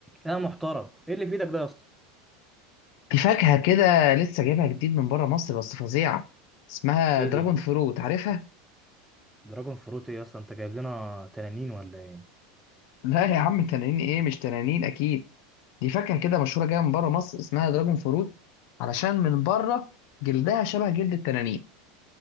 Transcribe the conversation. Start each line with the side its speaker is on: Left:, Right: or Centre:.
Centre: يا محترم ايه اللي في ايدك ده يا اسطى
Left: في فاكهة كده لسه جايبها جديد من بره مصر بس فظيعة اسمها
Centre: ايه
Left: دراجون
Centre: دي يعني
Left: فروت عارفها؟
Centre: دراجون فروت ايه يا اسطى انت جايب لنا تنانين ولا ايه
Left: <laughs> لا يا عم تنانين ايه مش تنانين اكيد دي فاكهة كده مشهورة جاية من بره مصر اسمها دراجون فروت علشان من بره جلدها شبه جلد التنانين